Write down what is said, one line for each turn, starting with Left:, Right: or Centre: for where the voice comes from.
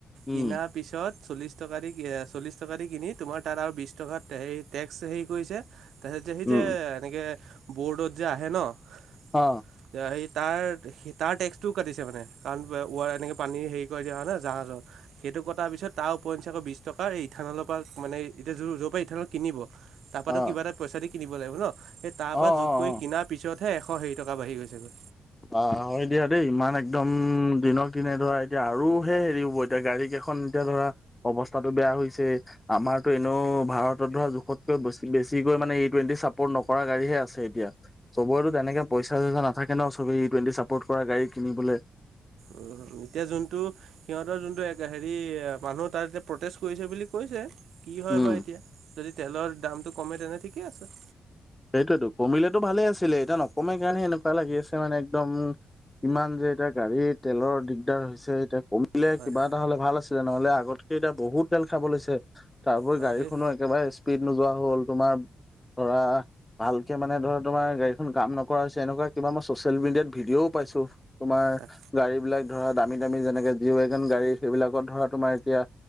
Left: উম,
Right: কিনাৰ পিছত চল্লিশ টকা দি চল্লিছ টকা দি কিনি তোমাৰ তাত আৰু বিশ টকাত হেৰি টেক্স হেৰি কৰিছে তাৰপিছত যে সি
Left: উম,
Right: যে এনেকে বৰ্ডত যে আহে ন
Left: অ',
Right: তেতিয়া সি তাৰ তাৰ টেক্সটোও কাটিছে মানে কাৰণ ৱাৰ এনেকৈ পানী হেৰি কৰা দিয়া হয় ন জাহাজৰ সেই। এইটো কটাৰ পিছত তাৰ উপৰঞ্চী আকৌ বিশ টকা এই ইথানলৰ পৰা মানে এতিয়া যৰ পৰা ইথানলত কিনিব।
Left: অ',
Right: তাৰপাতো কিবা এটা পইচা দি কিনিব লাগিব ন সেই তাৰ
Left: অ',
Right: পৰা যোগ
Left: অ',
Right: কৰি
Left: অ'।
Right: কিনাৰ পিছতহে এশ হেৰি টকা বাঢ়ি গৈছেগৈ।
Left: অ' হয় দিয়া দেই ইমান একদম দিনক দিনে ধৰা এতিয়া আৰু হে হেৰি হ'ব এতিয়া গাড়ী। খন এতিয়া ধৰা অৱস্থাতটো বেয়া হৈছে, আমাৰতো এনেও ভাৰতত ধৰা জোখতকৈ বস্তু বেছিকৈ মানে, ই টুৱেন্টি চাপৰ্ট নকৰা গাড়ীহে আছে এতিয়া। চবৰেতো তেনেকে পইচা চইচা নাথাকে ন'। তুমি ই টুৱেন্টি চাপৰ্ট কৰা গাড়ী কিনিবলৈ
Right: উম, এতিয়া যোনটো সিহঁতৰ যোনটো, হেৰি মানুহ তাত প্ৰটেষ্ট কৰিছে বুলি কৈছে। কি হয়
Left: উম
Right: বা এতিয়া। যদি তেলৰ দামটো কমে তেনে ঠিকে আছে।
Left: সেইটোৱেইটো। কমিলেতো ভালে আছিলে। এতিয়া নকমে কাৰণেহে, এনেকুৱা লাগি আছে মানে। একদম কিমান যে, এতিয়া গাড়ী তেলৰ দিগদাৰ হৈছে। এতিয়া কমি কিলে
Right: হয়,
Left: কিবা এটা হ'লে ভাল আছিলে। নহ'লে আগতকে এতিয়া বহুত তেল খাব লৈছে। তাৰপৰি
Right: হয়
Left: গাড়ীখনো
Right: দেই
Left: একেবাৰে স্পীড নোযোৱা হ'ল। তোমাৰ ধৰা ভালকে মানে ধৰ, তোমাৰ গাড়ীখন কাম নকৰা হৈছে। এনেকুৱা কিবা মই চচিয়েল মেডিয়াত ভিডিঅ'ও পাইছো। তোমাৰ
Right: তাক
Left: গাড়ী বিলাক ধৰা দামী দামী যেনেকে জি ৱেগন গাড়ী। সেইবিলাকত ধৰা তোমাৰ এতিয়া